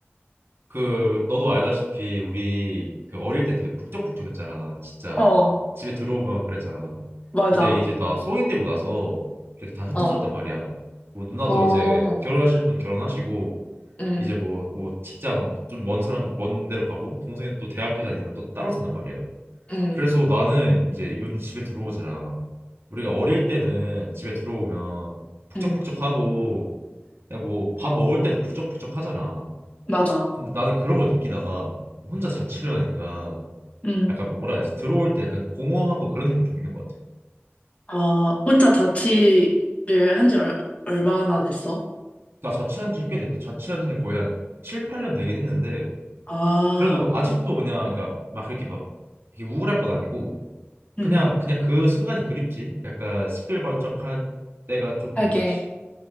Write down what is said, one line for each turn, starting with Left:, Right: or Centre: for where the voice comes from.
Right: 그 너도 알다시피 우리 그 어릴 때 되게 북적북적했잖아. 진짜
Left: 어,
Right: 집에 들어오면 그랬잖아.
Left: 맞아.
Right: 근데 이제 나 성인 되고 나서 이렇게 다 흩어졌단
Left: 어,
Right: 말이야. 뭐 누나도
Left: 어,
Right: 이제 결혼하실 분 결혼하시고
Left: 음,
Right: 이제 뭐 뭐 직장 좀 먼 사람 먼 데로 가고 동생은 또 대학교 다니느라 또 따로 산단 말이야.
Left: 음,
Right: 그래서 나는 이제 요즘 집에 들어오잖아. 우리가 어릴 때는 집에 들어오면 북적북적하고
Left: 음,
Right: 뭐 밥 먹을 때도 북적북적하잖아.
Left: 맞아.
Right: 근데 나는 그런 걸 느끼다가 혼자 자취를 하니까
Left: 음.
Right: 약간 뭐라 해야 되지? 들어올 때 약간 공허하고 그런 느낌 좀 있는 것 같아.
Left: 아, 혼자 자취를 한 지 얼마나 됐어?
Right: 나 자취한 지는 꽤 됐지. 자취한 지는 거의 한 7, 8년 되긴 했는데
Left: 아,
Right: 그래도 아직도 그냥 그러니까 막 이렇게 막 이게 우울한 건 아니고
Left: 음.
Right: 그냥 그냥 그 순간이 그립지. 약간 시끌벅적할 때가 좀
Left: 하게.
Right: 그립지.